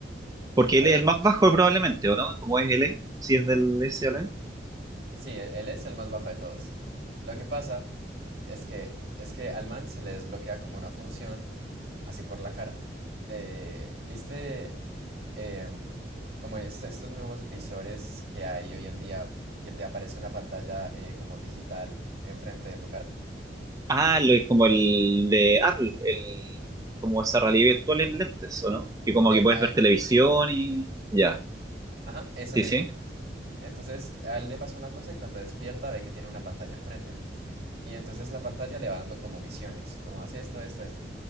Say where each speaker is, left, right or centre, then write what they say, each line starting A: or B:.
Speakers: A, on the right; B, on the right.
A: Porque
B: A
A: él
B: ver,
A: es el más bajo probablemente, ¿o no? ¿Cómo es él? Si es del S A SL.
B: sí, él, él es el más bajo de todos. Lo que pasa es que, es que al man se le desbloquea como una función, así por la cara, de, ¿viste? Em, como est- estos nuevos visores que hay hoy en día, que te aparece una pantalla eh, como digital enfrente de tu cara.
A: Ah, lo es como el de Apple, el, como esa realidad virtual en lentes, ¿o no? Que como
B: Epa,
A: que puedes ver televisión y ya.
B: Ajá, eso
A: Sí,
B: mismo.
A: sí.
B: Entonces, a él le pasa una cosa y cuando despierta ve que tiene una pantalla enfrente. Y entonces la pantalla le va dando como misiones, como hace esto, esto, esto.